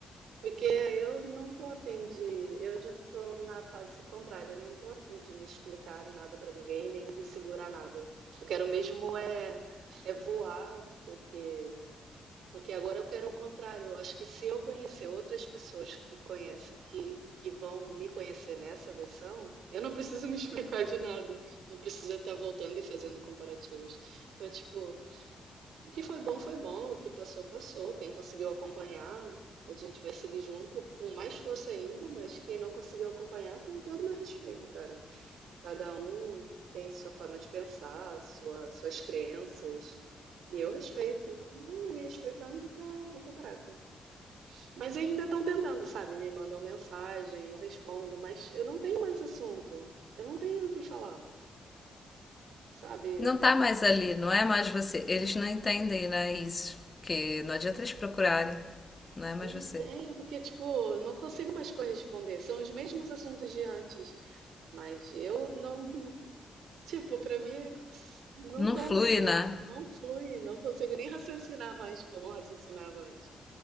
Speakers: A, on the right (about 75°); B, on the left (about 30°).
A: Porque eu não tô afim de. Eu já tô na fase contrária, eu não tô afim de me explicar nada pra ninguém, nem de segurar nada. Eu quero mesmo é, é voar, porque. Porque agora eu quero o contrário. Eu acho que se eu conhecer outras pessoas que conhecem, que, que vão me conhecer nessa versão, eu não preciso me <laughs> explicar de nada. Não precisa estar voltando e fazendo comparativos. Então, tipo, o que foi bom, foi bom. O que passou, passou. Quem conseguiu acompanhar, a gente vai seguir junto com mais força ainda, mas quem não conseguiu acompanhar tem todo o meu respeito, cara. Cada um tem sua forma de pensar, sua, suas crenças. E eu respeito. Hum, Me respeitando tá bom pra caraca. Mas ainda estão tentando, sabe? Me mandam mensagem, eu respondo, mas eu não tenho mais assunto. Eu não tenho o que falar, sabe?
B: Não tá mais ali, não é mais você. Eles não entendem, né, isso. Que não adianta eles procurarem. Não é mais
A: Não
B: você.
A: tenho, porque, tipo, não consigo mais corresponder. São os mesmos assuntos de antes. Mas eu não. Tipo, pra mim, não
B: Não
A: tô
B: flui,
A: mais lá.
B: né?
A: Não flui. Não consigo nem raciocinar mais como eu raciocinava antes.